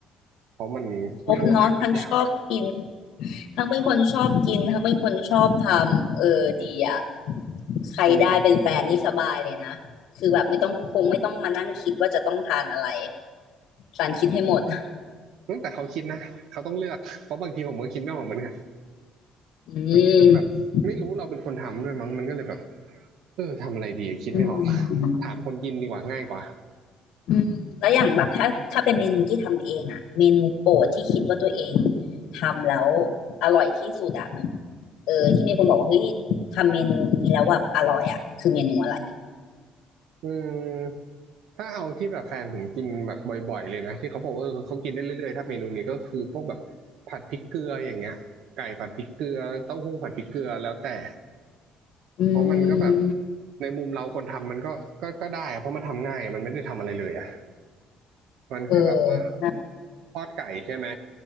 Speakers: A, on the right; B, on the left.
A: เพราะมันไม่รู้หากินยากอะ
B: ครบเนาะทั้งชอบกินทั้งเป็นคนชอบกินทั้งเป็นคนชอบทำเออดีอ่ะใครได้เป็นแฟนนี่สบายเลยนะคือแบบไม่ต้องคงไม่ต้องมานั่งคิดว่าจะต้องทานอะไร
A: เนี่ย
B: สารคิดให้หมด
A: ตั้งแต่เขาคิดนะเขาต้องเลือกเพราะบางทีผมก็คิดไม่ออกเหมือนกัน
B: อื
A: บางทีมันแบบไม่รู้เราเป็นคนทำด้วยมั้งมันก็เลยแบบ
B: ม
A: เออทำอะไรดีคิดไม่ออก
B: อืม
A: ถามคนกินดีกว่าง่ายกว่า
B: อืมแล้วอย่างแบบถ้าถ้าเป็นเมนูที่ทำเองอะเมนูโปรดที่คิดว่าตัวเองทำแล้วอร่อยที่สุดอะมันเออที่มีคนบอกว่าเฮ้ยทำเมนูนี้แล้วแบบอร่อยอะคือเมนูอะไร
A: อืมถ้าเอาที่แบบแฟนผมกินแบบบ่อยๆเลยนะที่เขาบอกว่าเออเขากินได้เรื่อยๆถ้าเมนูนี้ก็คือพวกแบบผัดพริกเกลืออย่างเงี้ยไก่ผัดพริกเกลือเต้าหู้ผัดพริกเกลือแล้วแต่
B: อื
A: เพราะมันก็แบบ
B: ม
A: ในมุมเราคนทำมันก็ก็ก็ได้อะเพราะมันทำง่ายมันไม่ได้ทำอะไรเลยอะมันแค่แบบว่า
B: เออ
A: ทอดไก่ใช่ไหม